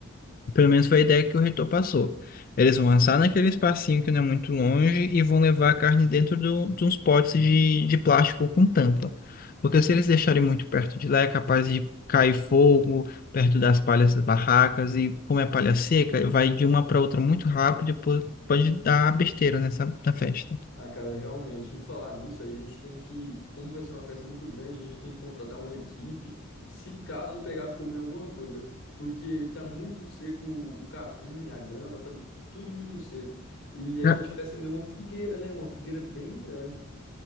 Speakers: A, on the left; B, on the left.
A: Pelo menos foi a ideia que o reitor passou. Eles vão assar naquele espacinho que não é muito longe e vão levar a carne dentro do, de uns potes de, de plástico com tampa. Porque se eles deixarem muito perto de lá, é capaz de cair fogo perto das palhas das barracas. E como é palha seca, vai de uma para outra muito rápido e po- pode dar besteira nessa na festa.
B: Ah, cara, realmente, em falar nisso, a gente tem que, como vai ser uma festa muito grande, a gente tem que contratar uma equipe, se caso pegar fogo em alguma coisa, porque tá muito seco o, o capim, a grama, tá tudo muito seco. E a
A: Ca-
B: gente vai acender uma fogueira, né? Uma fogueira bem grande.